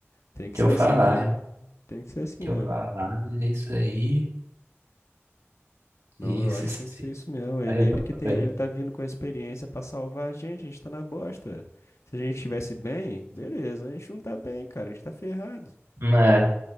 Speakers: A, on the left; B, on the right.
A: tem que
B: que
A: ser
B: eu falar,
A: assim mesmo,
B: irmão. O
A: tem que ser assim
B: Que
A: mesmo.
B: eu falar, é isso aí.
A: Não,
B: E
A: eu
B: se,
A: acho
B: se,
A: que tem
B: se
A: que ser isso mesmo. Ele,
B: vai resolver.
A: ele que tem, ele tá vindo com a experiência pra salvar a gente, a gente tá na bosta. velho. Se a gente estivesse bem, beleza, a gente não tá bem, cara, a gente tá ferrado.
B: Mas,